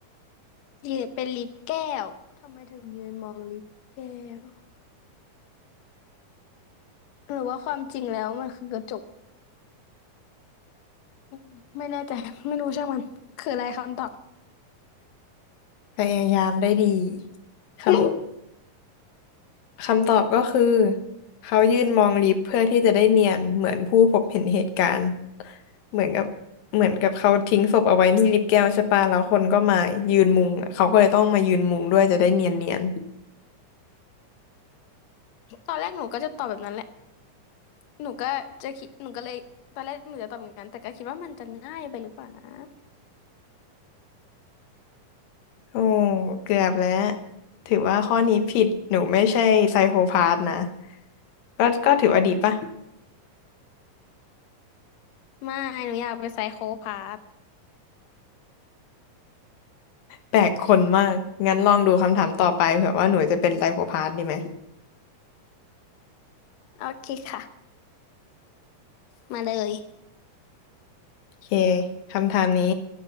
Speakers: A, on the left; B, on the left.
A: ยืนเป็นลิฟต์แก้วทำไมถึงยืนมองลิฟต์แก้วหรือว่าความจริงแล้วมันคือกระจกอืมไม่แน่ใจไม่รู้ช่างมันคืออะไรคำตอบ
B: พยายามได้ดี <laughs> ครับ คำตอบก็คือเขายืนมองลิฟต์เพื่อที่จะได้เนียนเหมือนผู้พบเห็นเหตุการณ์เหมือนกับเหมือนกับเขาทิ้งศพเอาไว้ที่ลิฟต์แก้วใช่ปะแล้วคนก็มายืนมุงอะเขาก็เลยต้องมายืนมุงด้วยจะได้เนียนเนียน
A: ตอนแรกหนูก็จะตอบแบบนั้นแหละหนูก็จะคิดหนูก็เลยตอนแรกหนูจะตอบอย่างนั้นแต่ก็คิดว่ามันจะง่ายไปหรือเปล่านะ
B: โอ้เกือบแล้วถือว่าข้อนี้ผิดหนูไม่ใช่ไซโคพาธนะก็ก็ถือว่าดีป่ะ
A: ไม่หนูอยากเป็นไซโคพาธ
B: แปลกคนมากงั้นลองดูคำถามต่อไปเผื่อว่าหนูจะเป็นไซโคพาธดีไหม
A: <laughs> โอเคค่ะมาเลย
B: โอเค คำถามนี้